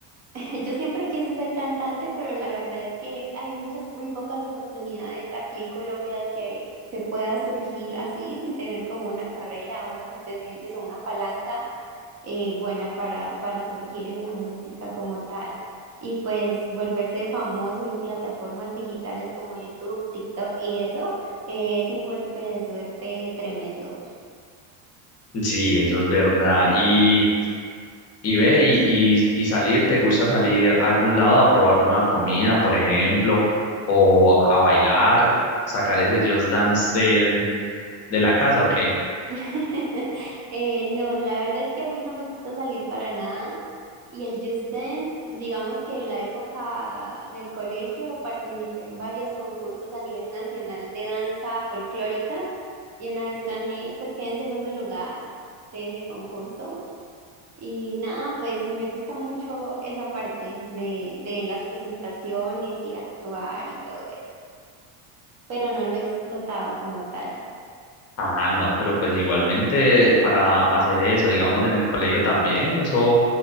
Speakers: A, on the right; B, on the left.
A: <laughs> yo siempre quise ser cantante, pero la verdad es que hay muchas, muy pocas oportunidades aquí en Colombia de que se pueda surgir así sin tener como una carrera, unos antecedentes o una palanca eh, buena para, para surgir en la música como tal. Y pues volverse famoso en plataformas digitales como YouTube, TikTok y eso eh, es un golpe de suerte tremendo.
B: Sí, eso es verdad. Y, y ve, y, y, y salir, ¿te gusta salir a algún lado a probar nueva comida, por ejemplo, o a bailar, sacar ese Just Dance del, de la casa, ¿o qué?
A: <laughs> Eh, no, la verdad es que a mí no me gusta salir para nada y el Just Dance, digamos que en la época del colegio participé en varios concursos a nivel nacional de danza folclórica y una vez gané, pues quedé en segundo lugar de ese concurso y nada, pues me gusta mucho esa parte de, de las presentaciones y actuar y todo eso, pero no lo he explotado como tal.
B: Ah, no, pero pues igualmente para hacer eso, digamos en el colegio también, eso